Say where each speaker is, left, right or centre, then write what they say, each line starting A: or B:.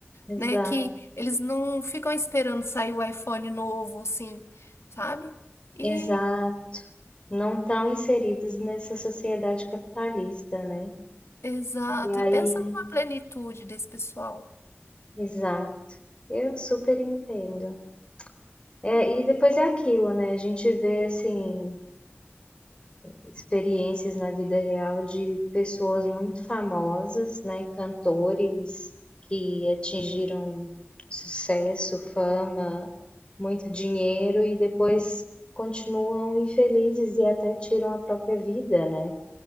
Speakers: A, on the left; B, on the left.
A: exato,
B: né? Que eles não ficam esperando sair o iPhone novo, assim, sabe? E,
A: exato. não estão inseridos nessa sociedade capitalista, né?
B: exato.
A: E
B: E
A: aí,
B: pensa numa plenitude desse pessoal.
A: exato, eu super entendo. É, e depois é aquilo, né? A gente vê assim experiências na vida real de pessoas muito famosas, né? Cantores que atingiram sucesso, fama, muito dinheiro e depois continuam infelizes e até tiram a própria vida, né?